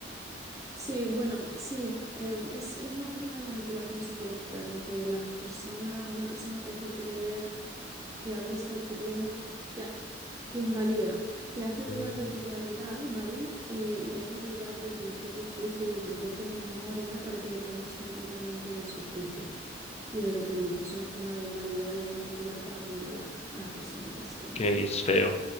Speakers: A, on the right; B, on the left.
A: Sí, bueno, sí, eh, es, es una forma de manipulación psicológica en la que las personas, una persona te hace creer que algo está ocurriendo, te, ha- te invalida, te hace dudar
B: Mm,
A: de tu realidad, ¿vale? Eh, y te hace dudar de tu propio juicio y de tu propia memoria para que dependas completamente de su juicio y de lo que él dice. Es una forma de invalidar y de manipular para controlar a la persona, básicamente.
B: Que es feo.